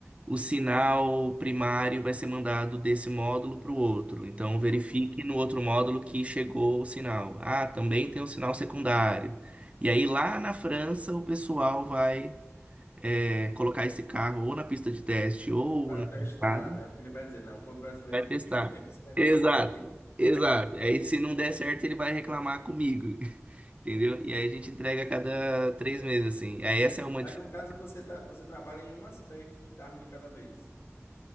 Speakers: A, on the right; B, on the left.
A: o sinal primário vai ser mandado desse módulo para o outro. Então, verifique
B: Sim.
A: no outro módulo que chegou o sinal. Ah, também tem um sinal secundário. E aí lá na França o pessoal vai é, colocar esse carro ou na pista de teste ou
B: Para
A: na
B: testar,
A: estrada,
B: né? Porque ele vai dizer, não, foi o brasileiro
A: vai testar.
B: que fez. Teve esse negócio
A: Exato,
B: antes aí.
A: exato. Aí se não der certo, ele vai reclamar comigo, <laughs> entendeu? E aí a gente entrega a cada três meses, assim. Aí essa é uma
B: Mas
A: dificuldade.
B: no caso, você, tá, você trabalha em um aspecto do carro de cada vez.